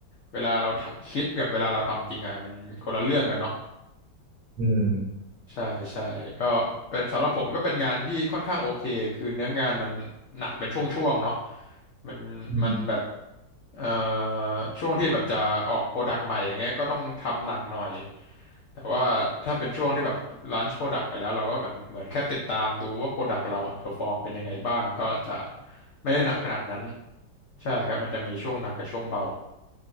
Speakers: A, on the left; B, on the right.
A: เวลาเราทะคิดกับเวลาเราทำจริงอ่ะมันคนละเรื่องกันเนาะ
B: อืม
A: ใช่ใช่ก็เป็นสำหรับผมก็เป็นงานที่ค่อนข้างโอเคคือเนื้องานมันหนักเป็นช่วงๆเนาะมันมันแบบ
B: อืม
A: เอ่อช่วงที่แบบจะออกโปรดักต์ใหม่อย่างเงี้ยก็ต้องทำหนักหน่อยแต่ว่าถ้าเป็นช่วงที่แบบลันช์โปรดักต์ไปแล้วเราก็แบบเหมือนแค่ติดตามดูว่าโปรดักต์เราอะเพอร์ฟอร์มเป็นยังไงบ้างก็จะไม่ได้หนักขนาดนั้นใช่ครับมันจะมีช่วงหนักกับช่วงเบา